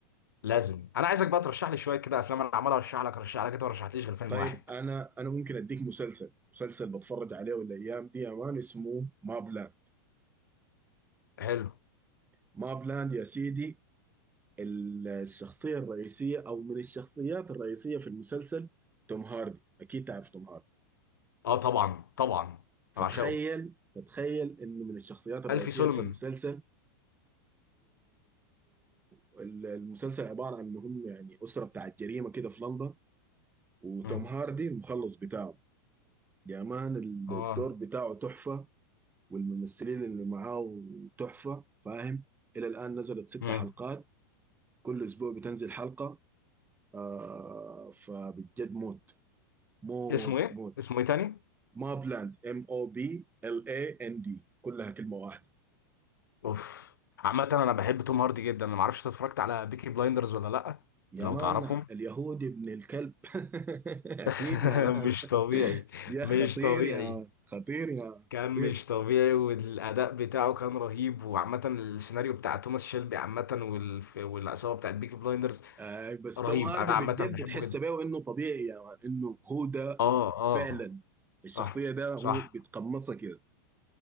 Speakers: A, on the left; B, on the right.
A: لازم انا عايزك بقى ترشح لي شويه كده افلام انا عمال ارشح لك ارشح لك انت ما رشحتليش غير فيلم
B: طيب
A: واحد
B: انا انا ممكن اديك مسلسل مسلسل بتفرج عليه الايام دي يا مان اسمه ما بلاند
A: حلو
B: ما بلاند يا سيدي الشخصية الرئيسية أو من الشخصيات الرئيسية في المسلسل توم هاردي أكيد تعرف توم هاردي
A: اه طبعا طبعا
B: فتخيل
A: انا بعشقه
B: فتخيل إنه من الشخصيات الرئيسية
A: الفي سولمان
B: في المسلسل والمسلسل عبارة عن إنهم يعني أسرة بتاعت جريمة كده في لندن وتوم
A: امم
B: هاردي المخلص بتاعه يا مان الدور
A: اه
B: بتاعه تحفة والممثلين اللي معاه تحفة فاهم إلى الآن نزلت ست
A: امم
B: حلقات كل أسبوع بتنزل حلقة آه فبجد موت موت
A: اسمه ايه
B: موت
A: اسمه ايه تاني
B: ما بلاند ام او بي ال اي ان دي كلها كلمه واحده
A: اوف عامة انا بحب توم هاردي جدا انا ما اعرفش انت اتفرجت على بيكي بلايندرز ولا لا
B: يا
A: لو
B: مان
A: تعرفهم
B: اليهودي ابن الكلب <laughs> اكيد
A: <laughs>
B: يا مان
A: مش طبيعي
B: يا
A: مش
B: خطير
A: طبيعي
B: يا مان خطير يا مان
A: كان
B: خطير
A: مش طبيعي والاداء بتاعه كان رهيب وعامة السيناريو بتاع توماس شيلبي عامة والف... والعصابة بتاعت بيكي بلايندرز
B: آه بس
A: رهيب
B: توم هاردي
A: انا عامة
B: بجد
A: بحبه
B: بتحس
A: جدا
B: بيه انه طبيعي يا مان انه هو ده
A: اه اه
B: فعلا الشخصيه
A: صح
B: ده هو
A: صح
B: بيتقمصها كده